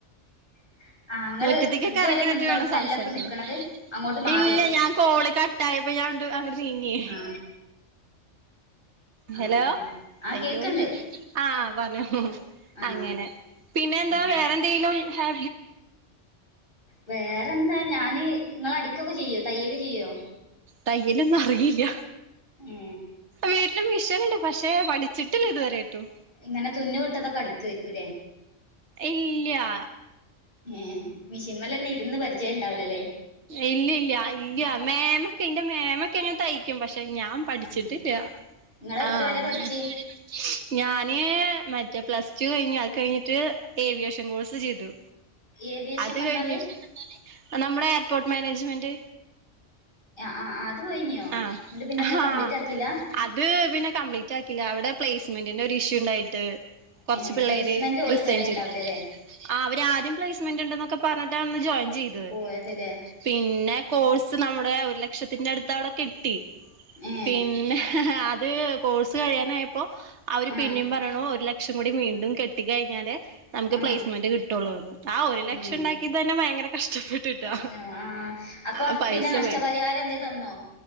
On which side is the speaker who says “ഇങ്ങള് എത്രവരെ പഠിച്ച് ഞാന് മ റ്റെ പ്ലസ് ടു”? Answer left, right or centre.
Right